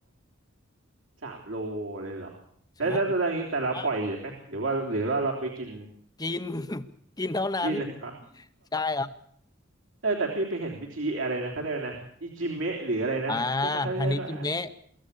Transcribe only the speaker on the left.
ใช่อ่ะกิน <laughs> กินเท่านั้น
ใช่ครับ
อ่าฮานิจิเมะ